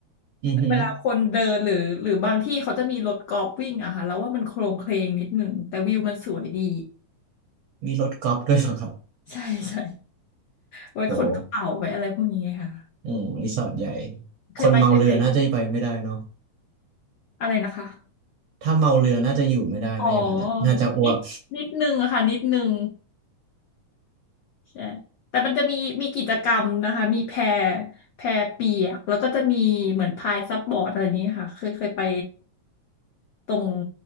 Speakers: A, on the right (about 70°); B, on the left (about 80°).
A: อือหือ
B: เวลาคนเดินหรือหรือบางที่เขาจะมีรถกอล์ฟวิ่งอะค่ะแล้วว่ามันโครงเคลงนิดหนึ่งแต่วิวมันสวยดี
A: มีรถกอล์ฟด้วยเหรอครับ
B: ใช่ใช่ไว้ขนกระเป๋าไว้อะไรพวกนี้ค่ะ
A: โหอืมรีสอร์ทใหญ่
B: เคยไปเคยไป
A: คนเมาเรือน่าจะไปไม่ได้เนาะ
B: อะไรนะคะ
A: ถ้าเมาเรือน่าจะอยู่ไม่ได้เนาะอย่างนั้นอะน่าจะอ้วก
B: อ๋อนิดนิดนึงอะค่ะนิดนึงใช่แต่มันจะมีมีกิจกรรมนะคะมีแพแพเปียกแล้วก็จะมีเหมือนพายซับบอร์ดอะไรนี้ค่ะเคยเคยไปตรง